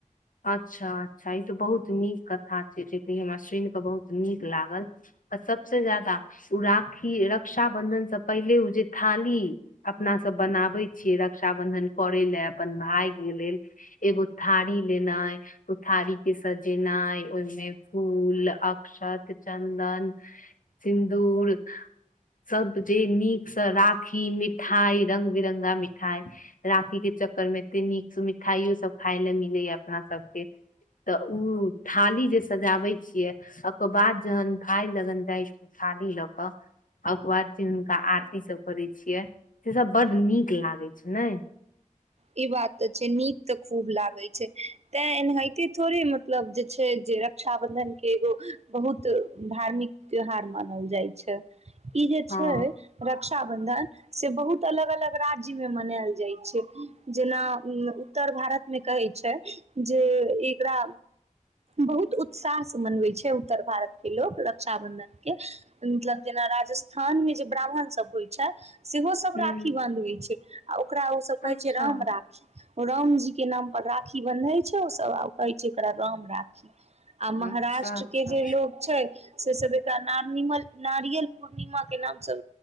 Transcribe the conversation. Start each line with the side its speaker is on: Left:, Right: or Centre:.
Left: अच्छा छै तऽ बहुत नीक कथा छै जे क हमरा सुनि कऽ बहुत नीक लागल आ सबस ज्यादा ओ राखी रक्षा बंधन से पहिले ओ जे थाली अपना सब बनाबे छियै रक्षा बंधन करै लए अपन भाई के लेल एगो थारी लेनइ थारी के सजेनाइ ओहिमे फूल अक्षत चन्दन सिन्दूर सब जे नीक से राखी मिठाई रंग बिरंगा मिठाई राखी के चक्कर में एते नीक से मिठ ठाइयो सब खाय ले मिले या अपना सबके तऽ ओ थाली जे सजाबे छिये ओकर बाद जहन भाय लगन इ थाली लोक क आ बाद जे आरती सब करै छियै से सब बड्ड नीक लागै छै ने
Right: ई बात तऽ छै नीक तऽ खूब लागै छै तां एनाहिते थोड़े मतलब जे छै जे रक्षाबंधन के एगो बहुत धार्मिक त्यौहार मानल जाइ छै ई जे
Left: हँ
Right: छै रक्षाबंधन से बहुत अलग अलग राज्य मे मनाएल जाइ छै जेना उत्तर भारतमे कहै छै जे एकरा बहुत उत्साहसँ मनबै छै उत्तर भारतके लोक रक्षाबंधनके मतलब जेना राजस्थान मे जे ब्राह्मण सब होइ छै सेहो सब सब
Left: ह
Right: राखी बंधबै छै आ ओकरा ओ सब कहै
Left: अच्छा
Right: राम राखी रामजी के नाम राखी बन्धे छै ओ सब आ कहै छै एकरा राम राखी आ महाराष्ट्र
Left: अच्छा अच्छा
Right: के जे लोग छै से सब एक नारियल पूर्णिमा के नामसँ